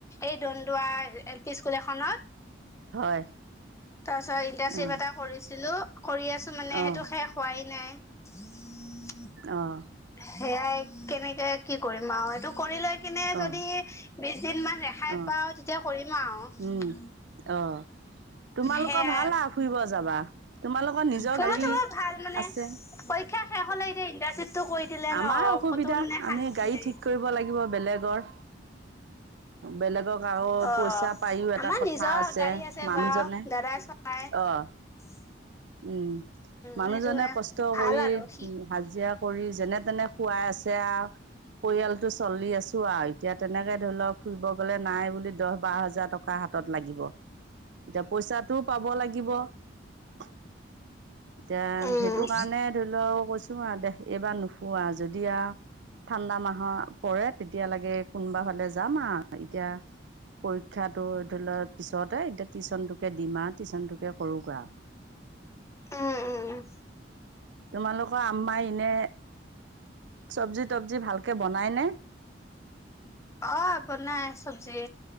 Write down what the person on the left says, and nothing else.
এই দন্দুৱা এল পি স্কুল এখনত।
তাৰপিছত ইন্টাৰ্শ্বিপ
এটা কৰিছিলোঁ, কৰি আছ মানে
সেইটো শেষ হোৱাই নাই।
সেয়াই কেনেকে কি কৰিম? <unintelligible> এইটো কৰি লৈ কেনে
যদি বিচ দিন মান ৰেহাই
পাওঁ তেতিয়া কৰিম আৰু।
সেয়াই
ফুৰিব
চুৰিব ভাল মানে
পৰীক্ষা শেষ হ'লে এতিয়া ইন্টাশ্বিপটো কৰি দিলে
ন
ক'তো মানে শান্তি
নাই।
অ'
আমাৰ
নিজৰ
গাড়ী
বাৰু দাদাই চলাই।
উম
সেইটোয়ে
ভাল
আৰু
সি
উম,
উম, উম।
অ', বনাই চবজি।